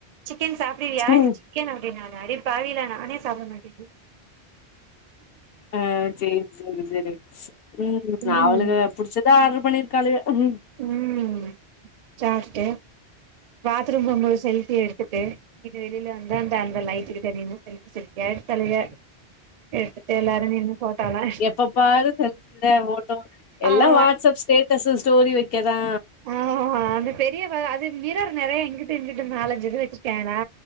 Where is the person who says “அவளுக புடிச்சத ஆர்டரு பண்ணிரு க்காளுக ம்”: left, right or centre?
Left